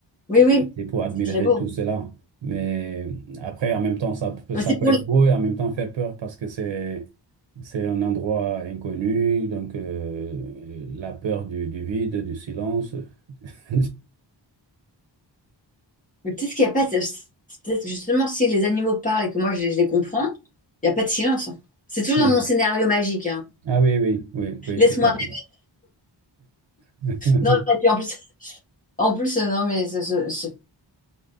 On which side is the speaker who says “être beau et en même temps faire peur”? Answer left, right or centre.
Right